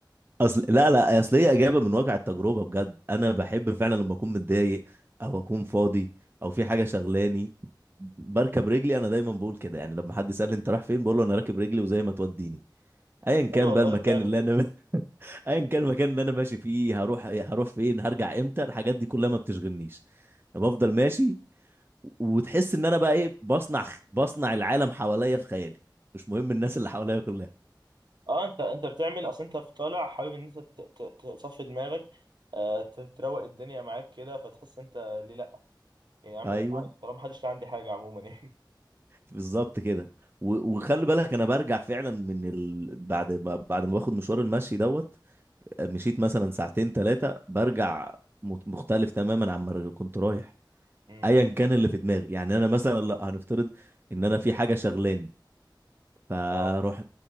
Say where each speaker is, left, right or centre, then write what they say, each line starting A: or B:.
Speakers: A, on the right (about 25°); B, on the right (about 65°).
A: اصل لا لا اصل هي اجابة من واقع التجربة بجد انا بحب فعلا لما اكون متضايق او اكون فاضي او في حاجة شغلاني بركب رجلي انا دايما بقول كده يعني لما حد يسألني انت رايح فين بقول له انا راكب رجلي وزي ما توديني ايا كان
B: حلو والله
A: بقى المكان
B: فعلا
A: اللي انا ايا كان المكان اللي انا ماشي فيه هروح إيه، هروح فين هرجع امتى الحاجات دي كلها ما بتشغلنيش أنا بفضل ماشي وتحس ان انا بقى ايه بصنع بصنع العالم حواليا في خيالي مش مهم الناس اللي حواليا كلها
B: اه انت انت بتعمل اصل انت في طالع حابب ان انت ت- ت- تصفي دماغك آه، ت- تروق الدنيا معاك كده فتحس انت ليه لا يعني يا عم
A: ايوه
B: ده عارف طالما محدش لاقي عندي حاجه عموما يعني
A: بالظبط كده و- وخلي بالك انا برجع فعلا من ال... بعد ما بعد ما باخد مشوار المشي دوت مشيت مثلا ساعتين ثلاثه برجع مت- مختلف تماما عما كنت رايح
B: <laughs> امم
A: ايا كان اللي في دماغي يعني انا مثلا لا هنفترض ان انا في حاجه شغلاني فاروح
B: اه